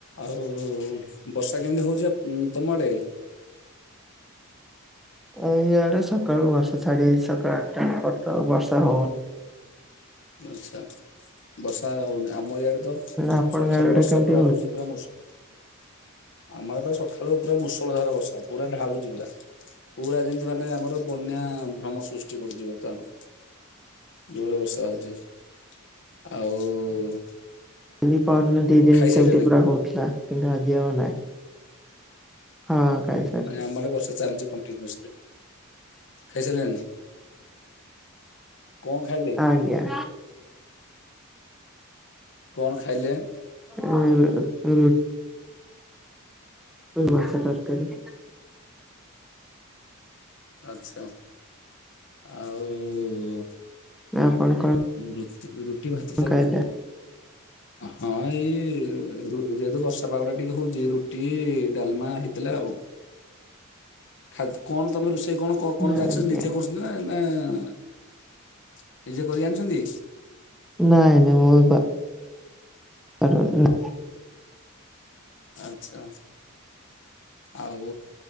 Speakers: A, on the left; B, in the centre.
A: ଆଉ ବର୍ଷା କେମିତି ହଉଚି ଆପ୍ ତମ ଆଡେ?
B: ଆମ ଇଆଡେ ସକାଳୁ ବର୍ଷା ଛାଡି ଯାଇଚି। ସକାଳ ଆଟା <unintelligible> ବର୍ଷା ହଉ
A: ଆଚ୍ଛା। ବର୍ଷା ହଉନି ଆମ ଇଆଡେ ତ
B: ଆପଣଙ୍କ
A: ସଖାଳୁ
B: ଆଡେ
A: ବର୍ଷା
B: କେମିତି
A: ପୁରା ହଉଛି ପୁରା ମୌସୁ ଆମ ଆଡେ ପା ସଖାଳୁ ପୁରା ମୂଷଳ ଧାର ବର୍ଷା। ପୁରା ଢାଳୁଛି ପୁରା। ପୁରା ଯେମିତି ମାନେ ଆମର ବନ୍ୟା ଭ୍ରମ ସୃଷ୍ଟି କରୁଛି ବର୍ତ୍ତମାନ। ଜୋର ବର୍ଷା ହଉଚି। ଆଉ
B: ବୁଲି ପାରୁନୁ ଦି ଦିନି
A: ଖାଇସାରିଲେଣି?
B: ସେମତି ପୁରା ହଉଥିଲା। କିନ୍ତୁ ଆଜି ଆଉ ନାହିଁ। ହଁ। <unintelligible>
A: ନାଇଁ ଆମର ବର୍ଷା ଚାଲିଚି କଣ୍ଟିନ୍ୟୁୟୁସ୍ଲି। ଖାଇସାରିଲେଣି? କଣ ଖାଇଲେ?
B: ଆଜ୍ଞା।
A: କଣ ଖାଇଲେ?
B: <inaudible> ମୁଁ ମାଛ ତରକାରୀ।
A: ଆଚ୍ଛା। ଆଉ
B: ଆପଣ କଣ
A: ରୁ ରୁଟି ଭାତ ତ
B: ଖାଇଲେ?
A: ହଁ ଏଇ ଯେହେତୁ ବର୍ ବର୍ଷା ପାଗ ଟା ଟିକେ ହଉଚି ରୁଟି, ଡାଲମା ହେଇଥିଲା ଆଉ। ଖା କଣ ତମେ ରୋଷେଇ କଣ କଣ ଯାଣିଚ
B: ଆଜ୍ଞା
A: ନିଜେ କରୁ ନା ନା। ନିଜେ କରି ଜାଣିଛନ୍ତି?
B: ନାଇଁ ନାଇଁ ମୁଁ ପା <unintelligible>
A: ଆଚ୍ଛା। ଆଉ